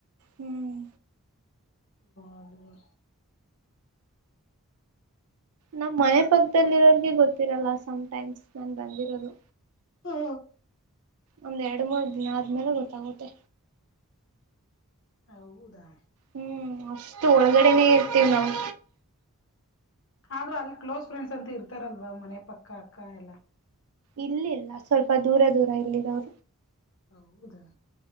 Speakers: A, on the right; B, on the left.
A: ಹ್ಮ್
B: ಹೋಗ್ಲಿ ಬಿಡು.
A: ನಮ್ಮ್ ಮನೆ ಪಕ್ಕದಲ್ಲಿರೋರ್ರಿಗೆ ಗೊತ್ತಿರಲ್ಲ ಸಮ್ಟೈಮ್ಸ್ ನನ್ ಬಂದಿರೋದು.
B: ಹಾ.
A: ಒಂದ್ ಎರಡು ಮೂರ್ ದಿನ ಆದ್ಮೇಲೆ ಗೊತ್ತಾಗುತ್ತೆ.
B: ಹೌದಾ.
A: ಹ್ಮ್ ಅಷ್ಟು ಒಳಗಡೆನೆೇ ಇರ್ತೀವಿ್ ನಾವು.
B: ಆದ್ರೂ ಅಲ್ಲಿ ಕ್ಲೋಸ್ ಫ್ರೆಂಡ್ಸ್ ಅಂತ ಇರ್ತಾರಲ್ವಾ ಮನೆ ಪಕ್ಕ ಅಕ್ಕ ಎಲ್ಲಾ.
A: ಇಲ್ಲಿಲ್ಲ ಸ್ವಲ್ಪ ದೂರ ದೂರ. ರಲಿಡ. <inaudible>
B: ಹೌದಾ.